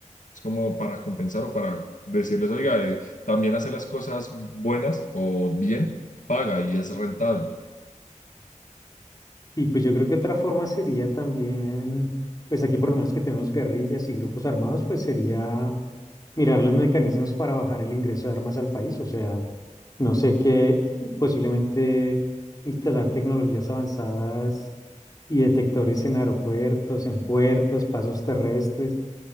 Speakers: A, on the left (about 75°); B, on the left (about 30°).
A: Es como para compensar o para decirles, oiga, eh, también hace las cosas buenas o bien, paga y es rentable.
B: Y pues yo creo que otra forma sería también, pues aquí por lo menos que tenemos guerrillas y grupos armados, pues sería mirar los mecanismos para bajar el ingreso de armas al país. O sea, no sé qué, posiblemente instalar tecnologías avanzadas y detectores en aeropuertos, en puertos, pasos terrestres.